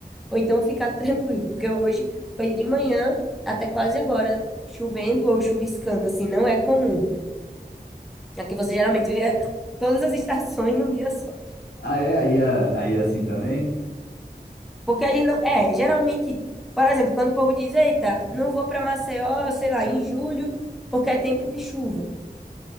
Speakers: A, in the centre; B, on the left.
A: ou então ficar <laughs> tranquilo, porque hoje foi de manhã até quase agora chovendo ou chuviscando, assim, não é comum. Aqui você geralmente vê <laughs> todas as estações num dia só.
B: Ah, é? Aí é, aí é assim também?
A: Porque a gente não. É, geralmente, por exemplo, quando o povo diz, eita, não vou para Maceió, sei lá, em julho, porque é tempo de chuva.